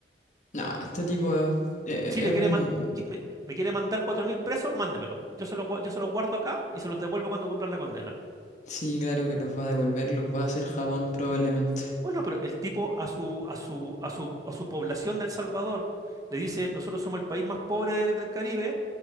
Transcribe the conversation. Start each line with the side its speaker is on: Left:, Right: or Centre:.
Left: No, este tipo es, e-
Right: Chile
Left: es un...
Right: quiere man- qui- me, me quiere mandar cuatro mil presos, mándemelo. Yo se los, gua- yo se los guardo acá y se los devuelvo cuando cumplan la condena.
Left: Sí, claro que los va a devolver, los va a hacer jabón probablemente.
Right: Bueno, pero el tipo a su, a su, a su, a su población de El Salvador le dice, nosotros somos el país más pobre de- del Caribe,